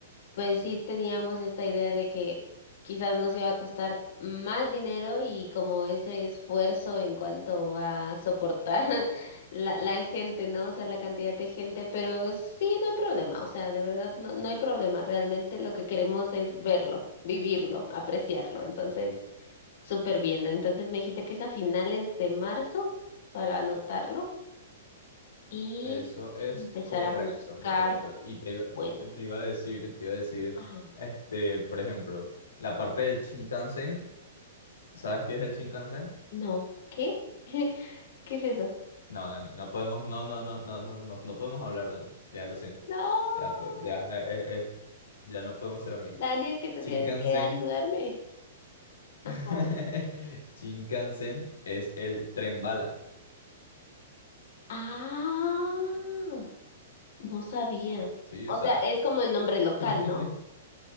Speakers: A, on the left (about 65°); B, on the left (about 85°).
A: pues sí teníamos esta idea de que quizás nos iba a costar más dinero y como ese esfuerzo en cuanto a soportar <laughs> la, la gente, ¿no? O sea, la cantidad de gente, pero sí, no hay problema, o sea, de verdad, no, no hay problema, realmente lo que queremos es verlo, vivirlo, apreciarlo, entonces, súper bien. ¿no? Entonces me dijiste que es a finales de marzo para anotarlo y
B: Eso es
A: empezar
B: correcto,
A: a buscar
B: correcto. Y te, iba-
A: vuelo.
B: te iba a decir, te iba a decir,
A: Ajá.
B: este, por ejemplo, la parte del Shinkansen, ¿sabes qué es el Shinkansen?
A: No, ¿qué? <laughs> ¿Qué es eso?
B: No, Dani, no podemos, no, no, no, no, no, no, no podemos hablar, Dani. Ya lo siento.
A: No,
B: Ya, pues, ya, eh, eh, eh, ya no podemos ser amigos.
A: Dani, es que tú
B: Shinkansen,
A: tienes que ayudarme. Ajá.
B: <laughs> Shinkansen es el tren bala,
A: Ah, no sabía.
B: ¿sí?
A: O
B: O sea,
A: sea, es como el nombre local,
B: <laughs>
A: ¿no?